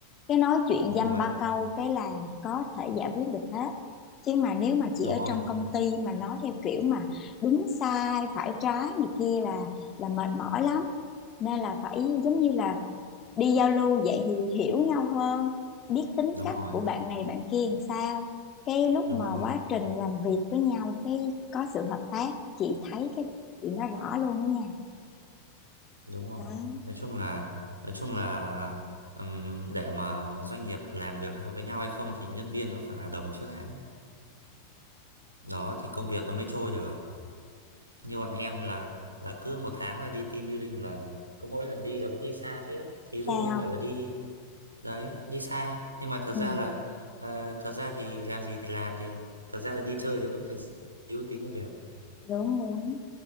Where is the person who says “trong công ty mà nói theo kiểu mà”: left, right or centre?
Left